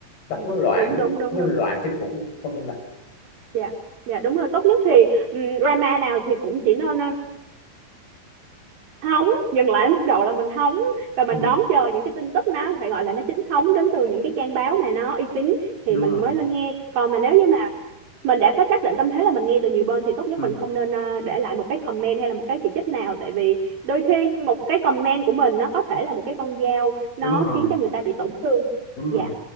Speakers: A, on the left (about 75°); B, on the right (about 70°).
A: đọc
B: Ừ,
A: nó loạn
B: đúng
A: lắm,
B: đúng đúng
A: nó
B: đúng
A: loạn kinh khủng luôn, không nên đọc
B: dạ dạ đúng rồi tốt nhất thì ừ, drama nào thì cũng chỉ nên ờ, hóng dừng lại mức độ là mình hóng và mình
A: Ừ,
B: đón chờ những cái tin tức nó phải gọi là nó chính thống đến từ những cái trang báo mà nó uy tín thì
A: đúng
B: mình
A: rồi
B: mới lên nghe còn mà nếu như mà mình đã có xác định tâm thế là mình nghe từ nhiều bên thì tốt nhất
A: ừ,
B: mình không nên ờ, để lại một cái comment hay là một cái chỉ trích nào tại vì đôi khi một cái comment của mình nó có thể là một cái con dao nó
A: đúng rồi
B: khiến cho người ta bị tổn thương
A: đúng
B: dạ
A: rồi